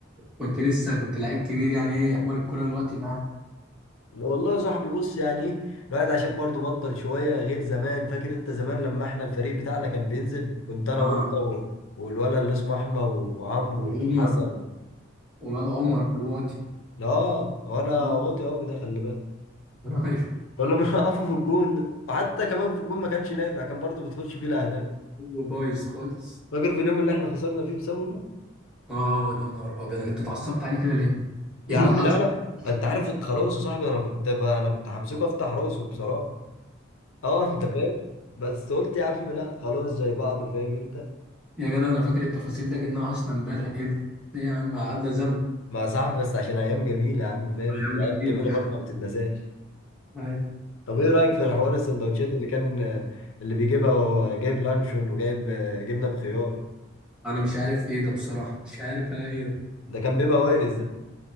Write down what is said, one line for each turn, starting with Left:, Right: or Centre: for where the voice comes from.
Centre: كنت لسه كنت لعيب كبير يعني ايه احوال الكوره دلوقتي معاك
Left: والله يا صاحبي بص يعني ايه الواحد عشان برضه بطل شويه غير زمان فاكر انت زمان لما احنا الفريق بتاعنا كان بينزل كنت انا
Centre: اه
Left: وانت و... والولد اللي اسمه احمد وعمرو
Centre: وعمر
Left: وحسن
Centre: والواد عمر دلوقتي
Left: اه وانا
Centre: مم.
Left: واطي قوي ده خلي بالك
Centre: <laughs> ايوه
Left: كنا <laughs> بنوقفه في الجون ده وحتى كمان في الجون ما كانش نافع كان برضه بتخش فيه الاهداف
Centre: هو بايظ خالص
Left: فاكر في اليوم اللي احنا خسرنا فيه بسببه
Centre: اه يا نهار ابيض انت اتعصبت عليه كده ليه؟
Left: يا
Centre: ايه
Left: عم
Centre: اللي حصل؟
Left: لا لا
Centre: <laughs>
Left: انت عارف خلاص يا صاحبي انا كنت بقى انا كنت همسكه افتح راسه بصراحه اه <laughs> انت فاهم بس قلت يا عم لا خلاص زي بعضه فاهم انت
Centre: يا جدع انا فاكر التفاصيل ده كانها حاصله امبارح ايه ده؟ ايه يا عم عدى زمن
Left: مع صاحبي بس عشان ايام جميله يا عم فاهم
Centre: ايام
Left: الايام
Centre: جميله
Left: جميله
Centre: <laughs>
Left: برضه ما بتتنساش
Centre: آه، عادي
Left: طب ايه رايك في الحوار السندوتشات اللي كان اللي بيجيبها وهو جايب لانشون وجايب آه، جبنه بخيار
Centre: انا مش عارف ايه ده بصراحه مش عارف انا ايه ده
Left: ده كان بيبقى وارز ده